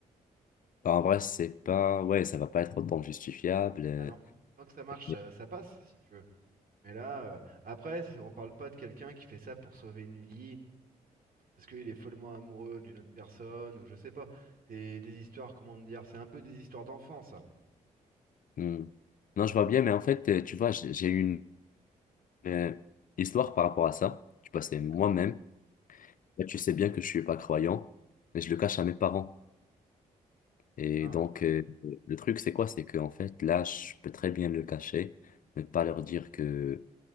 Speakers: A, on the left; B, on the right.
A: Bah, en vrai, c'est pas. Ouais, ça va pas être autant justifiable. euh,
B: Bah non, tant que ça marche,
A: mais-
B: ça, ça passe, si tu veux. Mais là, euh, après, c'est- on parle pas de quelqu'un qui fait ça pour sauver une vie, parce qu'il est follement amoureux d'une autre personne, ou je sais pas. C'est des histoires, comment te dire, c'est un peu des histoires d'enfants, ça.
A: Hmm. Non, je vois bien, mais en fait, euh, tu vois, j'ai j'ai eu une euh, histoire par rapport à ça. Tu vois, c'est
B: D'accord.
A: moi-même. Là, tu sais bien que je suis pas croyant, mais je le cache à mes parents. Et
B: Ah,
A: donc, euh, le truc, c'est quoi? C'est que en fait, là, je peux très bien le cacher, mais pas leur dire que.